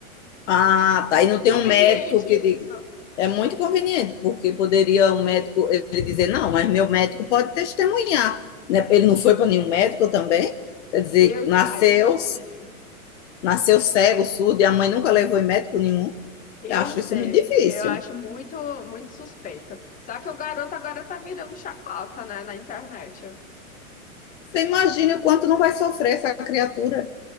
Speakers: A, on the left; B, on the left.
A: Ah,
B: Eu acho
A: tá.
B: muito
A: E não tem
B: conveniente
A: um médico que
B: isso.
A: diga. É muito conveniente, porque poderia um médico ele dizer, não, mas meu médico pode testemunhar. Né? Ele não foi para nenhum médico também. Quer dizer,
B: Eu,
A: nasceu,
B: ah, eu já não sei.
A: nasceu cego, surdo, e a mãe nunca levou em médico nenhum.
B: Eu
A: Eu acho
B: não sei,
A: isso muito difícil.
B: eu acho muito, muito suspeito. Só que o garoto agora tá virando chacota, né, na internet.
A: Você imagina o quanto não vai sofrer essa criatura.